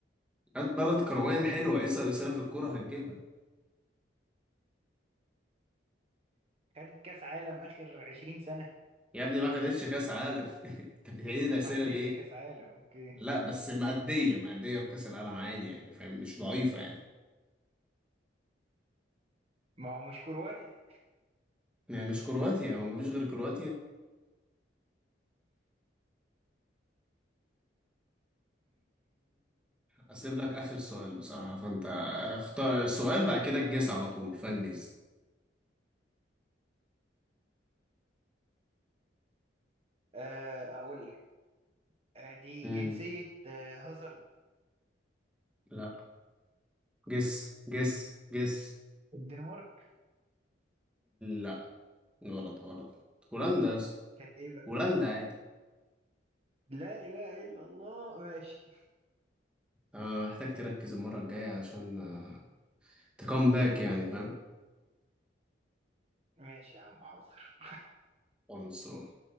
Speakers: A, in the centre; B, on the right (about 30°).
A: هات بلد كروان حلوه اسال اسئله في الكوره هتجيبها
B: خدت كاس عالم اخر عشرين سنة
A: يا ابني ما خدتش كاس عالم <laughs> انت بتعيد الاسئله
B: ما خدتش
A: ليه
B: كاس عالم اوكي
A: لا بس مأدية مأدية في كاس العالم عادي يعني فاهم مش ضعيفه يعني
B: ما هو مش كرواتي
A: ما هي مش كرواتيا هو مفيش غير كرواتيا اسيب لك اخر سؤال بصراحه فانت اختار السؤال بعد كده تجس على طول فانجز
B: آه، اقول لك آه، دي
A: امم
B: جنسية آه، هازارد
A: لا جس جس جس
B: الدنمارك
A: لا غلط غلط هولندا يا اسطى
B: كانت ايه بقى
A: هولندا عادي
B: لا اله الا الله ماشي
A: آه، محتاج تركز المره الجايه عشان آه، تكم باك يعني فاهم
B: ماشي يا عم حاضر
A: خلاص